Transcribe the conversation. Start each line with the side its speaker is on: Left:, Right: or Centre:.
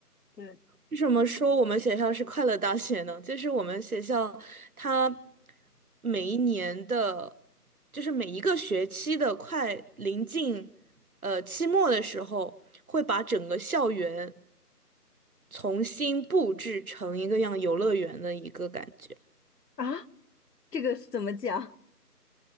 Left: 对，
Right: 为什么说我们学校是快乐大学呢？就是我们学校它每一年的，就是每一个学期的快临近，呃，期末的时候，会把整个校园重新布置成一个像游乐园的一个感觉。
Left: 啊，这个是怎么讲